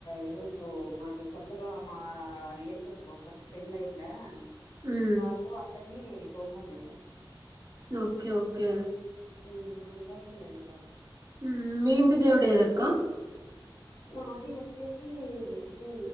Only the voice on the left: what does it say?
ఈరోజు మాకి కొత్తగా మా రిలేషన్స్ ఒక్కరి పెండ్లయిందా
వాళ్ళు అందరినీ తోలుకొని వెళ్ళారు
మ్ అందుకోసం వెళ్ళిన
మాది వచ్చేసి ఇది